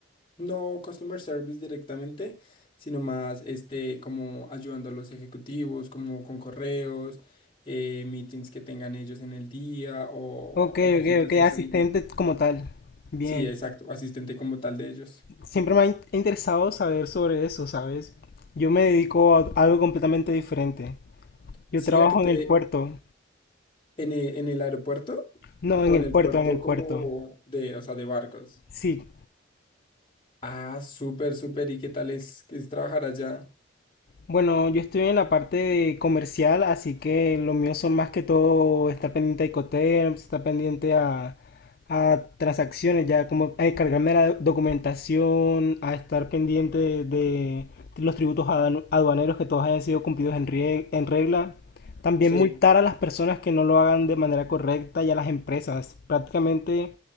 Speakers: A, on the left (about 25°); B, on the left (about 50°).
A: no customer service directamente, sino más este, como ayudando a los ejecutivos, como con correos, eh, meetings que tengan ellos en el día o,
B: Ok,
A: o cositas
B: ok, ok,
A: así.
B: asistente como tal. Bien.
A: Sí, exacto, asistente como tal de ellos.
B: Siempre me ha in- interesado saber sobre eso, ¿sabes? Yo me dedico a algo completamente diferente. Yo
A: Sí,
B: trabajo
A: a que te,
B: en el puerto.
A: en e- en el aeropuerto
B: No,
A: o
B: en el
A: en el
B: puerto,
A: puerto
B: en el puerto.
A: como de, o sea, de barcos.
B: Sí.
A: Ah, súper, súper. ¿Y qué tal es, es trabajar allá?
B: Bueno, yo estoy en la parte de comercial, así que lo mío son más que todo, está pendiente a Incoterms, está pendiente a, a transacciones, ya como a encargarme de la documentación, a estar pendiente de, de los tributos aduan- aduaneros que todos hayan sido cumplidos en, rie- en regla. También
A: Sí.
B: multar a las personas que no lo hagan de manera correcta y a las empresas. Prácticamente